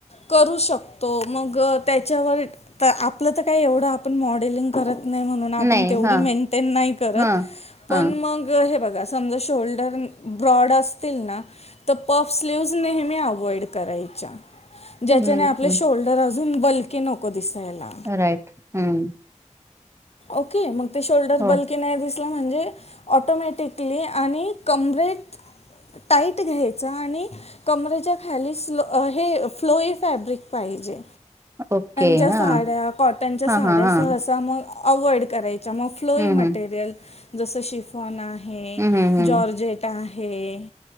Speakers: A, on the left; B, on the right.
A: करू शकतो मग त्याच्यावर. तर आपलं तर काय एवढं आपण मॉडेलिंग करत. नाही म्हणून आपण
B: नाही
A: तेवढी
B: हां
A: मेंटेन नाही करत
B: हां हां
A: पण मग हे बघा. समजा शोल्डर ब्रॉड असतील ना. तर पप स्लीव्ह्ज नेहमी अव्हइड करायच्या. ज्याच्याने
B: हम्म
A: आपले
B: हम्म
A: शोल्डर अजून बलकी नको दिसायला.
B: राईट हम्म
A: ओके मग ते शोल्डर
B: हो
A: बल्क. की नाही दिसलं म्हणजे ऑटोमॅटिकली आणि कमरेत. टाईट घ्यायचां आणि. कमरेच्या खालीलो हे फ्लोई फॅब्रिक पाहिजे.
B: ओके
A: च्या
B: हां
A: साड्या कॉटनच्या
B: हां
A: साड्या
B: हां हां
A: सहसा मग अव्हइड करायचा च्या मग फ्लोई
B: हम्म
A: मटेरियल जसं शिफॉन आहे
B: हम्म हम्म हम्म हम्म
A: जॉर्जेट. आहे